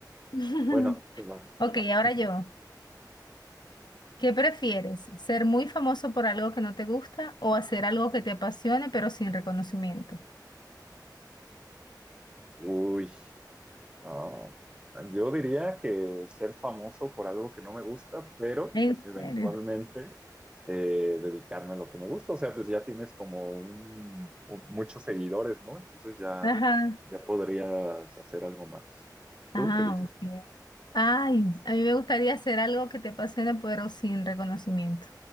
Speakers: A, on the left; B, on the right.
A: <laughs>
B: Bueno, te vas.
A: Ok, ahora
B: <laughs>
A: yo. ¿Qué prefieres? ¿Ser muy famoso por algo que no te gusta o hacer algo que te apasione pero sin reconocimiento?
B: Uy. Ah, yo diría que ser famoso por algo que no me gusta, pero
A: ¿En
B: eventualmente
A: serio?
B: eh, dedicarme a lo que me gusta. O sea, pues ya tienes como un, un- muchos seguidores, ¿no? Entonces ya,
A: Ajá.
B: ya podrías hacer algo más. ¿Tú
A: Ah,
B: qué dices?
A: ok. Ay, a mí me gustaría hacer algo que te apasione, pero sin reconocimiento.